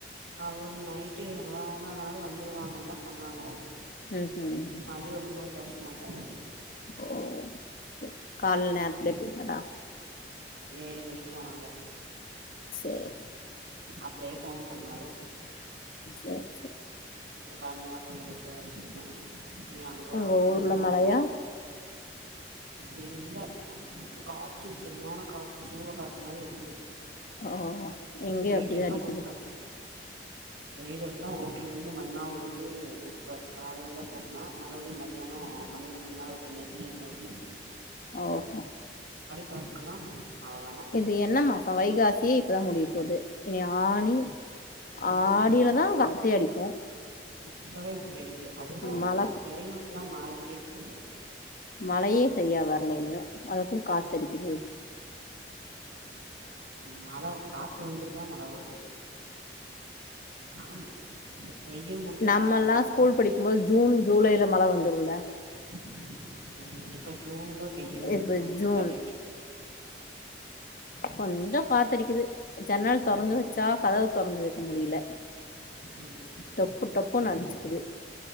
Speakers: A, on the right; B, on the left.
A: அவரு நைட்டு எவ்ளோ நேரோ ஆனாலு வந்துருவாங்க தா சொன்னாங்க
B: ம்ஹ்ம்.
A: வண்டி ஓட்டும் போது பேசமாட்டாரா
B: ஓ செரி கால்ல நேரத்துல போயிட்டாரா
A: ஏலு மணிக்கு போனாங்க
B: சரி,
A: அப்லயே போன் பண்ணாரு
B: செரி செரி
A: கன்னியாகுமரி போ வச் நீ அங்க
B: உங்க
A: அங்கன்னு
B: ஊர்ல
A: போனோ
B: மழையா?
A: ஏ இல்ல காத்து செரியான காத்து சூற காத்து மாரி அடிக்குது
B: ஓ! இங்கேயும்
A: உ வீடெல்லா
B: அப்படிதான் அடிக்குது.
A: குப்ப வீட் எல்லா ஓட்ல இருந்து மண்ணா உலுது குப்ப கால்ல தா கூட்ன மறுபடியு மதியானோ மண்ணு மண்ணா இருக் <inaudible>
B: ஓஹோ
A: காத்துக்கெல்லா அவ்ளோதா
B: இது என்ன மாசோ வைகாசியே இப்பதா முடிய போது இனி ஆணி
A: ம்
B: ஆடியில தா காத்தே அடிக்கு ஆ
A: இப்பவே இப்டி அடிக்குது அது தா
B: மழ
A: எல்லா க்ளைமேட்ல்லா மாறிட்டே இருக்குதுல்ல
B: மலையே செரிய வ <unintelligible> அதுக்கு காத்தடிக்குது
A: உம் மல காத்து வந்துட்டு தா மல வரு ஆமா வெயில் முடிஞ்சு
B: நம்மயெல்லாம்
A: காத்து வரு
B: ஸ்கூல் படிக்கும்போது ஜூன் ஜூலைல மழ வந்துருல
A: <unintelligible> இப்ப ஜூன்ல வெயில்
B: இப்ப
A: கொளுத்தி
B: ஜூன்
A: தள்ளிட்டு இருக்
B: கொஞ்சோ காத்தடிக்குது ஜன்னல் தொறந்து
A: அந்த
B: வச்சா கதவு தொறந்து வைக்க முடியல
A: ம்
B: டொப்பு டொப் ஃபோன் அடிச்சுக்குது